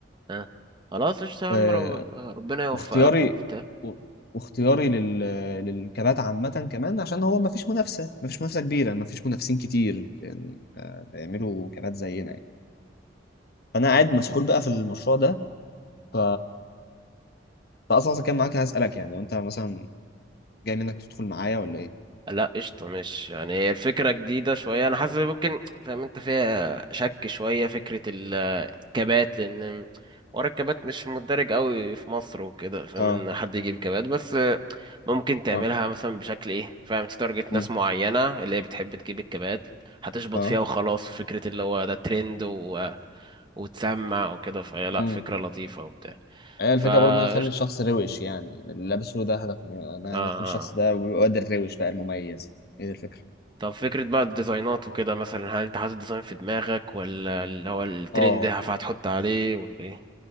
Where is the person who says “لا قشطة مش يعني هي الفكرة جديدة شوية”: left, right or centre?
Right